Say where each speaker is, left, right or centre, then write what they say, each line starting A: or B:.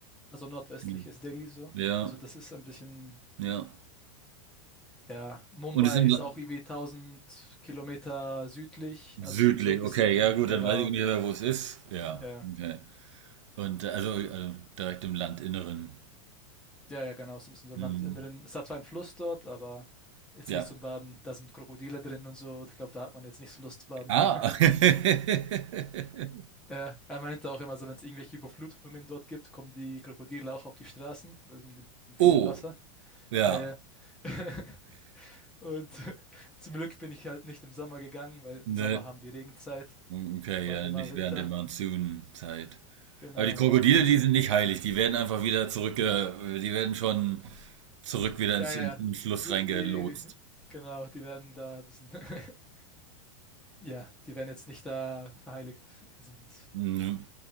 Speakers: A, in the centre; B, on the right (about 60°).
A: also nordöstlich
B: Mhm.
A: ist Delhi so.
B: Ja,
A: Also das ist ein bisschen
B: ja.
A: Ja, Mumbai
B: Und es ist im
A: ist
B: La
A: auch irgendwie 1000 Kilometer südlich.
B: südlich.
A: Also es liegt so ein bisschen,
B: Okay, ja gut,
A: genau,
B: dann weiß ich ungefähr, wo es ist. Ja,
A: ja, ja,
B: okay. Und äh, also, also direkt im Landinneren.
A: ja, ja, genau, so ein bisschen so
B: Mhm.
A: Landinneren. Es hat zwar einen Fluss dort, aber jetzt
B: Ja.
A: nicht zum Baden. Da sind Krokodile drin und so. Ich glaube, da hat man jetzt nicht so Lust zu baden.
B: Ah.
A: <laughs>
B: <laughs>
A: Ja, er meinte auch immer so, wenn es irgendwelche Überflutungen dort gibt, kommen die Krokodile auch auf die Straßen, wegen dem vielen
B: Oh,
A: Wasser.
B: ja.
A: Ja, ja. <laughs> Und <laughs> zum Glück bin ich halt nicht im Sommer gegangen, weil
B: Ne.
A: im Sommer haben die Regenzeit.
B: Okay,
A: Ich bade
B: ja,
A: immer
B: nicht
A: im Winter.
B: während der Monsunzeit.
A: Genau,
B: Aber die Krokodile,
A: ja. <laughs>
B: die sind nicht heilig. Die werden einfach wieder zurück, äh, die werden schon zurück wieder ins,
A: Ja, ja,
B: in,
A: ja.
B: in den Fluss
A: Die,
B: reingelotst.
A: die,
B: <laughs>
A: genau, die werden da ein bisschen, <laughs> ja, die werden jetzt nicht da verheiligt. Die sind,
B: Mhm.